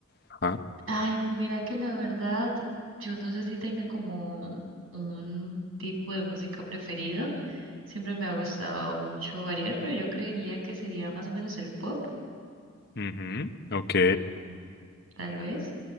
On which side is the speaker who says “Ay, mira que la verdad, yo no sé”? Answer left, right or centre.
Right